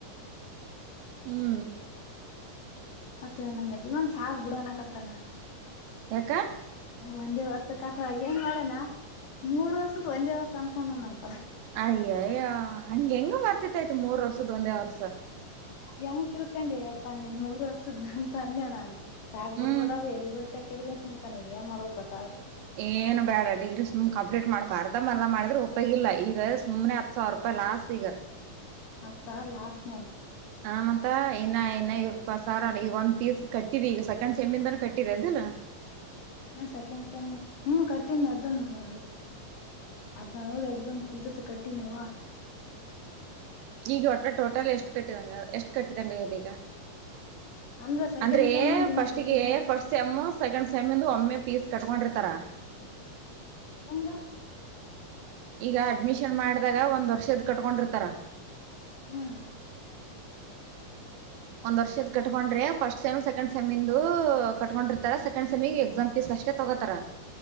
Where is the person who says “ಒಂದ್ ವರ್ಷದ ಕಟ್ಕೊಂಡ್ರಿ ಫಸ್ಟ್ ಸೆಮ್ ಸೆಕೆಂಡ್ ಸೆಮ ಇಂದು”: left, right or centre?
Right